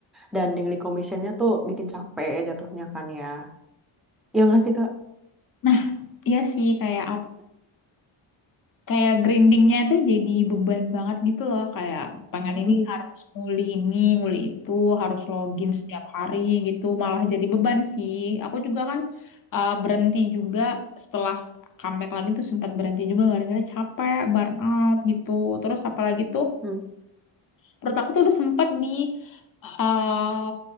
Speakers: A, in the centre; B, on the left (about 45°).
A: dan daily commissionnya tuh bikin capek ya jatuhnya kan ya. Ya nggak sih Kak?
B: Nah, iya sih kayak kayak grindingnya tuh jadi beban banget gitu loh kayak pengen
A: Mm.
B: ini harus nguli ini nguli itu harus login setiap hari gitu malah jadi beban sih aku juga kan uh, berhenti juga setelah comeback lagi tuh sempat berhenti juga gara-gara capek burn out gitu terus apalagi tuh
A: Hmm.
B: menurut aku tuh udah sempat di uh,